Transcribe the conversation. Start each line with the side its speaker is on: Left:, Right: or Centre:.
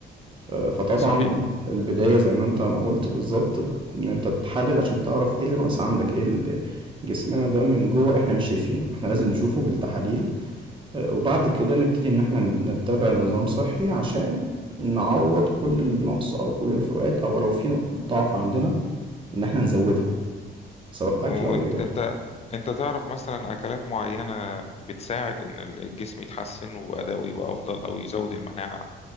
Right: آه، فطبعا
Left: صحيح
Right: ال- البداية زي ما انت ما قلت بالظبط ان انت تحلل عشان تعرف ايه اللي ناقص عندك ايه اللي جسمنا ده من جوه احنا مش شايفينه فاحنا لازم نشوفه بالتحاليل آه، وبعد كده نبتدي ان احنا نتبع نظام صحي عشان نعوض كل النقص او كل الفروقات او لو في نقطة ضعف عندنا ان احنا نزودها سواء
Left: وانت
Right: اكل او رياضة
Left: انت انت تعرف مثلا اكلات معينة بتساعد ان الجسم يتحسن واداؤه يبقى افضل او يزود المناعة